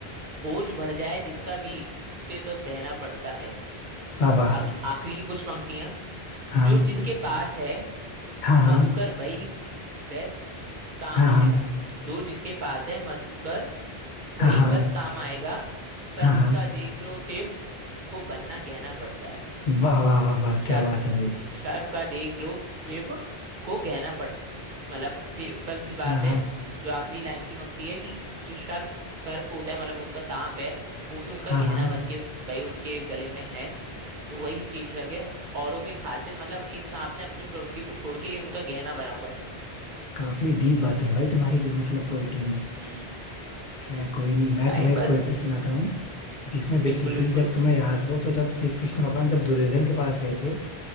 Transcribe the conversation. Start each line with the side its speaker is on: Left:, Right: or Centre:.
Right: बोझ बढ़ जाए जिसका भी उसे तो दहना पड़ता है
Left: वाह वाह
Right: अब आखिरी की कुछ पंक्तियां
Left: हाँ
Right: जो जिसके पास है
Left: हाँ हाँ
Right: मधुकर वही बेस काम
Left: हाँ
Right: आएगा
Left: हाँ
Right: जो जिसके पास है मधुकर वही
Left: हाँ हाँ
Right: बस काम आएगा सर्प
Left: हाँ हाँ
Right: का देख लो शिव को बनना गहना पड़ता है
Left: वाह वाह वाह वाह
Right: सर्प
Left: क्या बात है भाई
Right: सर्प का देख लो शिव को गहना पड़ मतलब सिंपल सी बात
Left: हाँ हाँ
Right: है जो आखिरी लाइन की पंक्ति है कि जो सर्प सर्प होता है मतलब उनका सांप है वो भी उनका
Left: हाँ
Right: गहना
Left: हाँ
Right: बन के भाई उनके गले में है तो वही शीर्षक है औरों के खातिर मतलब एक सांप ने अपनी प्रवृत्ति को छोड़ के उनका गहना बना हुआ है
Left: काफी डीप बातें हैं भाई तुम्हारी की मतलब पोएट्री में
Right: हम्म
Left: खैर कोई नहीं मैं
Right: भाई
Left: तुम्हें एक
Right: बस
Left: पोएट्री सुनाता हूँ जिसमें बेसिकली
Right: बिल्कुल बिल्कुल
Left: जब तुम्हें याद हो तो जब श्री कृष्ण भगवान जब दुर्योधन के पास गए थे